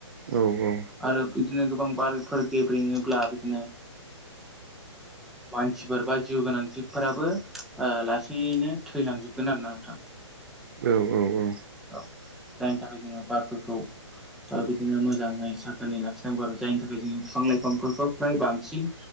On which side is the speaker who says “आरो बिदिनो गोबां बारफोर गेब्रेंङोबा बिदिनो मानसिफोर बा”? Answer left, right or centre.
Centre